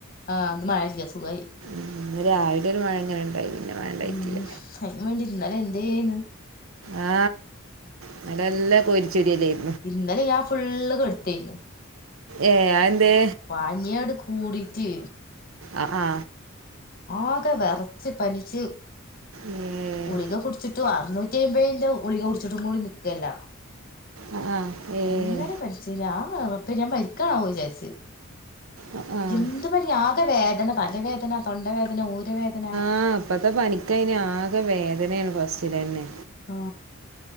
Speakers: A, on the left; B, on the right.
A: ആ, ഇന്ന് മഴ ഇല്ല സുഖായി.
B: ഇന്ന് രാവിലെ ഒരു മഴ ഇങ്ങനെ ഉണ്ടായി മഴ ഉണ്ടായിട്ടില്ല
A: ഉം, അതിന് വേണ്ടി ഇന്നലെ എന്തേയ്ന്.
B: ആ.. ഇന്നലെ നല്ല കോരിച്ചരിയല്ലേയിന്.
A: ഇന്നലെ ഞാൻ ഫുള്ള് കെടുത്തേയിനു.
B: ഏ, അത് എന്തേ?
A: പനി അങ്ങട്ട് കൂടിട്ട്.
B: അ ആ..
A: ആകെ വെറച്ച് പനിച്ച്
B: ഏഹ്
A: കുളിക കുടിച്ചിട്ടും അറനൂറ്റി യെവൈന്റെ കുളിക കുടിച്ചിട്ടും കൂടി നിക്കല്ല.
B: ആഹ് ആഹ് ഏഹ്
A: അങ്ങനെ പനിചീന് ആവോ റപോ ഞാൻ മരിക്കാണാവോ വിചാരിച്.
B: ആഹ് ആഹ്
A: എന്ത് പനി ആകെ വേദന, തലവേദന, തൊണ്ടവേദന, ഊരവേദന.
B: ആ, ഇപ്പത്തെ പനിക്ക അയിന് ആകെ വേദനയാണ് ഫസ്റ്റിലെന്നെ.
A: ആ.